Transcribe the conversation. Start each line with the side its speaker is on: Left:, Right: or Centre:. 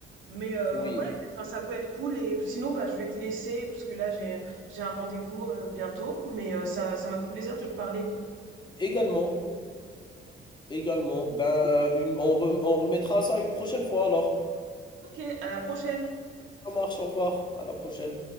Right: Mais euh,
Left: Oui,
Right: ouais, enfin ça peut être cool et sinon bah je vais te laisser parce que là j'ai j'ai un rendez-vous euh, bientôt. Mais euh, ça ça m'a fait plaisir de te parler.
Left: également, également. Ben une- on, rem- on remettra ça une prochaine fois alors.
Right: Ok, à la prochaine.
Left: Ça marche, au revoir, à la prochaine.